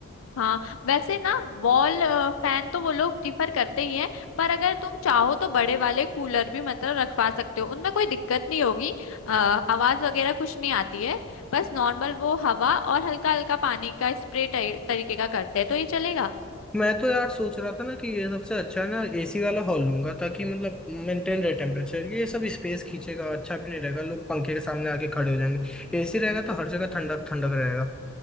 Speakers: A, on the left; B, in the centre.
A: हाँ वैसे ना वॉल फैन तो वो लोग प्रीफर करते ही हैं पर अगर तुम चाहो तो बड़े वाले कूलर भी मतलब रखवा सकते हो उनमें कोई दिक्कत नहीं होगी अ, आवाज वगैरह कुछ नहीं आती है बस नॉर्मल वो हवा और हल्का हल्का पानी का स्प्रे तरीके का करते हैं तो ये चलेगा
B: मैं तो यार सोच रहा था ना कि ये सबसे अच्छा है ना एसी वाला हॉल लूंगा ताकि मतलब मेंटेन रहे टेम्परेचर ये सब स्पेस खींचेगा अच्छा भी नहीं रहेगा लोग पंखे के सामने आके खड़े हो जाएंगे एसी रहेगा तो हर जगह ठंडक ठंडक रहेगा